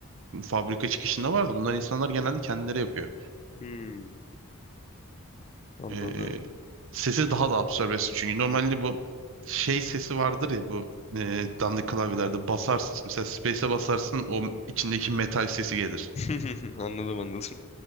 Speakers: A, on the right; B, on the left.
A: fabrika çıkışında vardı. Bunlar insanlar genelde kendileri yapıyor.
B: Hmm, anladım.
A: Ee, sesi daha da absorbe etsin. Çünkü normalde bu şey sesi vardır ya bu e, dandik klavyelerde basarsın mesela space'e basarsın o içindeki metal sesi gelir.
B: <laughs> Anladım anladım.